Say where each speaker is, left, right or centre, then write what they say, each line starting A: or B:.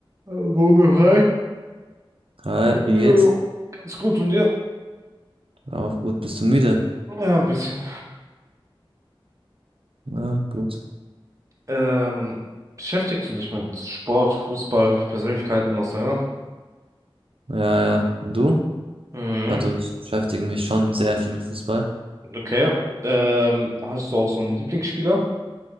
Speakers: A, on the right; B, on the right.
A: Hallo, mir hi.
B: Hi,
A: Ja,
B: wie geht's?
A: ganz gut und dir?
B: Auch gut. Bist du müde?
A: Ja, ein bisschen.
B: Ja, gut.
A: Ähm, beschäftigst du dich mit Sport, Fußball, Persönlichkeiten auseinander?
B: Ja, ja. Und du?
A: Mhm.
B: Also ich beschäftige mich schon sehr viel mit Fußball.
A: Okay. Ähm, hast du auch so einen Lieblingsspieler?